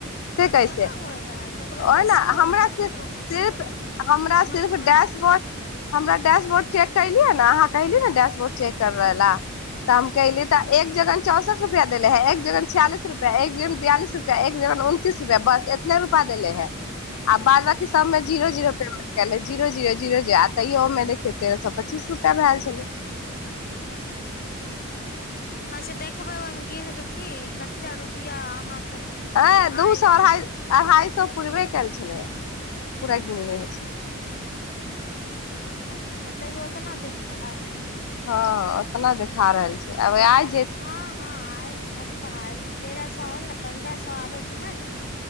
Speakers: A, on the left; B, on the left.
A: से
B: तब
A: कैसे
B: केना होइ हइ ककरो
A: ओहिना
B: कैसिओ
A: हमरा
B: होइ हइ
A: सिर्फ
B: ककरो कैसियो
A: सिर्फ
B: होइ हइ
A: हमरा
B: समझमे
A: सिर्फ
B: नहि
A: डैशबोर्ड
B: आबै हइ
A: हमरा डैश बोर्ड चेक कलिे ने अहाँ कल न डैश बोर्ड चेक करे ले ते हम कली त एक जगन चौंसठ रुपआ देले हे एक जगन छियालिस रुपया एक जन बियालिस रुपआ एक जन उनतीस रुपैआ बस इतने रुपआ देले है आ बाद सब मे जीरो
B: हूँ
A: जीरो पेमेंट कले जीरो जीरो जीरो आ तैयो ओमे देखियौ तेरह सए पच्चीस रुपआ भए छलै
B: अच्छा देखबै ओहिमे गिन कऽ की कतेक रुपआ अहाँके
A: हँ दू
B: आयल
A: सए अढ़ाइ
B: हे
A: अढ़ाइसए दु सौ पूुरबे कयल छलै पूरा गिनले छै
B: ओ हँ तयौ उतना देख आयल
A: हँ ओतना देखा रहल छै आब आय
B: हँ हँ आयत सब ह तऽ तेरह सए होल ने पन्द्रह सए आबे के है ने